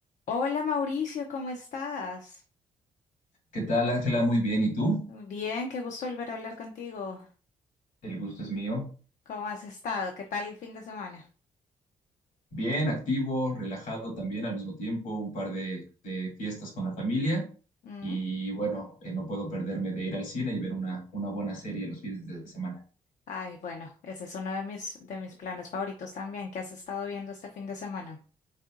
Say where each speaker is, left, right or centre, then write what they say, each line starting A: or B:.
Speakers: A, on the left; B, on the left.
A: Hola Mauricio, ¿cómo estás?
B: ¿Qué tal, Ángela? Muy bien. ¿Y tú?
A: Bien, qué gusto volver a hablar contigo.
B: El gusto es mío.
A: ¿Cómo has estado? ¿Qué tal el fin de semana?
B: Bien, activo, relajado también al mismo tiempo, un par de, de fiestas con la familia
A: ¿Mm?
B: y bueno, eh, no puedo perderme de ir al cine y ver una, una buena serie los fines de semana.
A: Ay, bueno, ese es uno de mis, de mis planes favoritos también. ¿Qué has estado viendo este fin de semana?